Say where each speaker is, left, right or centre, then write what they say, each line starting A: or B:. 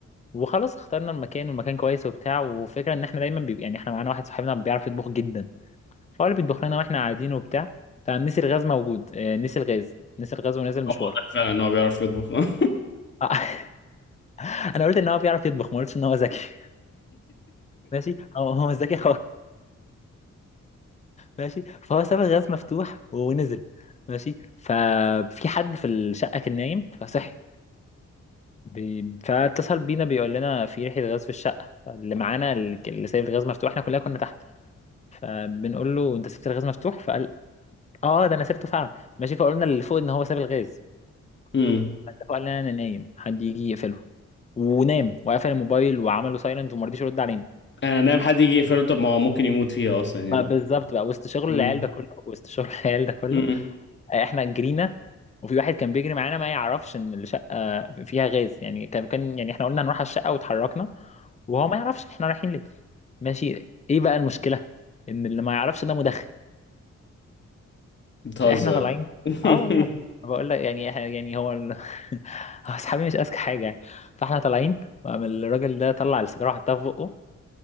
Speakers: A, on the left (about 25°); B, on the left (about 40°).
A: وخلاص اخترنا المكان والمكان كويس وبتاع وفكره ان احنا دايما بيبقى يعني احنا معانا واحد صاحبنا بيعرف يطبخ جدا فهو اللي بيطبخ لنا واحنا قاعدين وبتاع فنسي الغاز موجود آه، نسي الغاز نسي الغاز ونزل مشوار
B: هو واضح فعلا ان هو بيعرف يطبخ <laughs>
A: <laughs> انا قلت ان هو بيعرف يطبخ ما قلتش ان هو ذكي <laughs> ماشي هو هو مش ذكي ماشي فهو ساب الغاز مفتوح ونزل ماشي ففي حد في الشقة كان نايم فصحي بي... فاتصل بينا بيقول لنا في ريحة غاز في الشقة فاللي معانا ال- اللي سايب الغاز مفتوح احنا كلنا كنا تحت فبنقول له انت سبت الغاز مفتوح فقال اه ده انا سبته فعلا ماشي فقلنا اللي فوق ان هو ساب الغاز
B: امم
A: اللي فوق قال لنا انا نايم حد يجي يقفله ونام وقفل الموبايل وعمله سايلنت وما رضيش يرد علينا
B: انا نايم حد يجي يقفله طب ما هو ممكن يموت فيها اصلا يعني
A: ما بالظبط بقى وسط شغل
B: امم
A: العيال ده كله وسط شغل العيال ده كله
B: امم
A: احنا جرينا وفي واحد كان بيجري معانا ما يعرفش ان الشقه فيها غاز يعني كان كان يعني احنا قلنا هنروح على الشقه واتحركنا وهو ما يعرفش احنا رايحين ليه ماشي ايه بقى المشكله ان اللي ما يعرفش ده مدخن
B: بتهزر
A: فاحنا طالعين اه والله
B: <laughs>
A: أنا بقول لك يعني إحنا- يعني هو ال- <laughs> هو اصحابي مش اذكى حاجه يعني فاحنا طالعين وقام الراجل ده طلع السيجاره وحطها في بقه